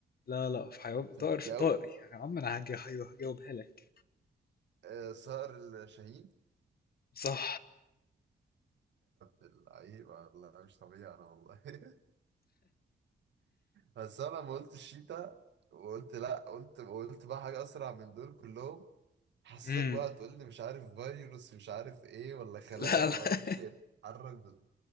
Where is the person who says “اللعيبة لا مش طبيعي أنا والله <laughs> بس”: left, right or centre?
Right